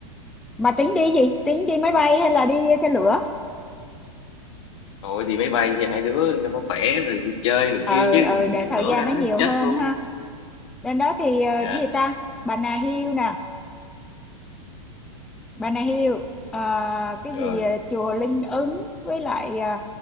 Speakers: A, in the centre; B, on the left (about 60°).
A: mà tính đi gì tính đi máy bay hay là đi xe lửa
B: Thôi đi máy bay cho hai đứa cho nó khỏe rồi đi chơi này
A: ờ
B: kia chứ
A: ờ
B: đi
A: để
B: đường
A: thời
B: lửa
A: gian
B: ra
A: nó
B: đó
A: nhiều
B: chết
A: hơn
B: luôn
A: ha
B: á.
A: lên đó thì ờ, cái
B: dạ
A: gì ta Bà Nà Hills nè Bà Nà Hills ờ, cái
B: rồi
A: gì ờ, chùa Linh Ứng với lại ờ,